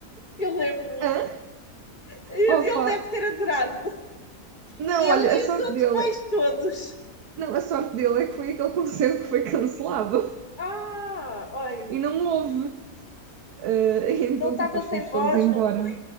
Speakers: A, on the left; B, on the right.
A: Eu lembro.
B: Hã?
A: Ele
B: Opa!
A: deve ter adorado.
B: Não,
A: Ele
B: olha, a
A: e
B: sorte
A: os outros
B: dele.
A: pais todos.
B: Não, a sorte dele é que foi aquele concerto que foi cancelado. <laughs>
A: Ah, oi.
B: E não houve. Ah, <laughs> então,
A: Ele estava
B: tipo, nós
A: sem
B: fomos
A: voz,
B: todos embora.
A: não foi?